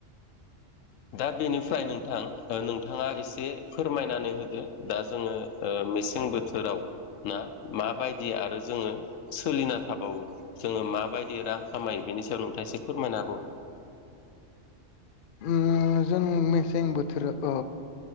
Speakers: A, on the left; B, on the left.
A: दा बेनिफ्राय नोंथां ओ नोंथां नोंथाङा एसे फोरमायनानै होदो दा जोङो मेसें बोथोराव ना मा माबायदि आरो जोङो सोलिना थाबावो जोङो माबायदि रां खामायो बेनि सायाव नोंथां एससे फोरमायना होबावदो <inaudible>
B: ओम जों मेसें बोथोर अ